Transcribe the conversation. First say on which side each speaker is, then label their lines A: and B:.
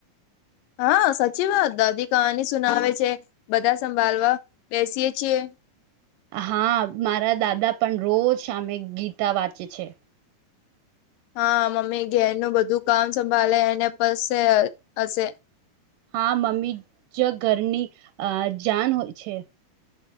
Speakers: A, on the left; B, on the right.
A: હા સાચી વાત દાદી કહાની સુનાવે છે બધા સંભાળવા બેસીએ છીએ.
B: હા મારા દાદા પણ રોજ સામે ગીતા વાંચે છે.
A: હા મમ્મી ઘેરનું બધું કામ સંભાળએ ને પશે હશે.
B: હા મમ્મી જ ઘરની અ જાન હોય છે.